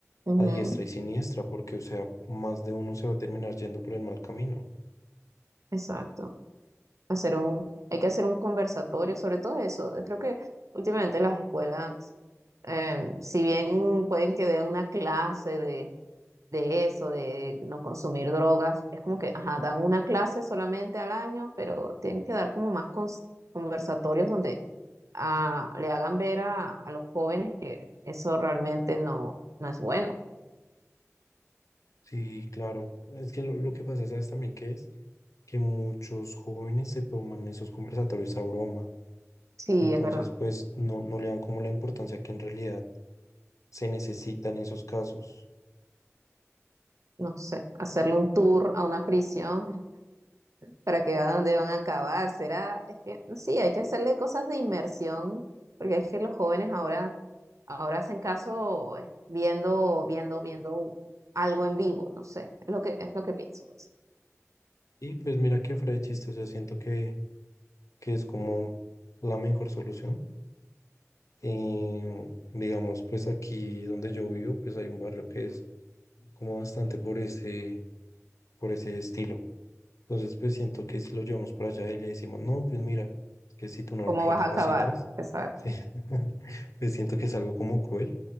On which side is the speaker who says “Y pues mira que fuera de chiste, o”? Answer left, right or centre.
Left